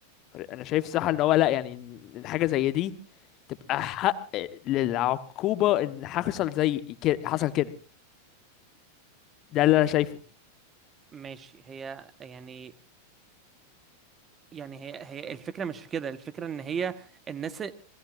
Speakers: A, on the left; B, on the right.
A: انا شايف صح ان هو لا يعني إن حاجه زي دي تبقى حق للعقوبه ان حصل زي كده حصل كده ده اللي
B: م-
A: انا شايفه
B: ماشي هي يعني يعني هي هي الفكره مش في كده الفكره ان هي الناس